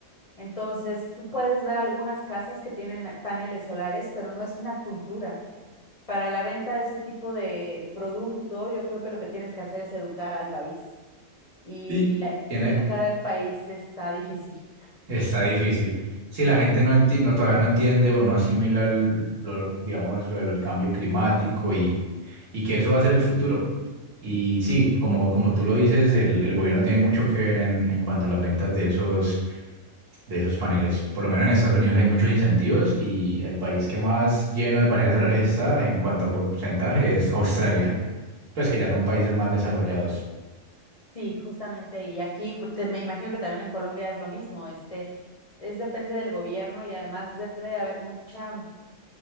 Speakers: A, on the left (about 40°); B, on the right (about 75°).
A: Entonces, tú puedes ver algunas casas que tienen paneles solares, pero no es una cultura. Para la venta de ese tipo de producto, yo creo que lo que tienes que hacer es educar al país. Y
B: y
A: la-
B: Tiene,
A: educar al país está difícil.
B: está difícil. Si la gente no enti- no, todavía no entiende o no asimila el- lo, digamos, lo del cambio climático y, y que eso va a ser el futuro. Y sí, como, como tú lo dices, el, el gobierno tiene mucho que ver en, en cuanto a las ventas de esos de esos paneles. Por lo menos en Estados Unidos hay muchos incentivos y el país que más lleno de paneles solares está en cuanto a porcentaje es Australia, pues que ya son países más desarrollados.
A: Sí, justamente. Y aquí pu- te- me imagino que también en Colombia es lo mismo. Este, es depende del gobierno y además debe de haber mucha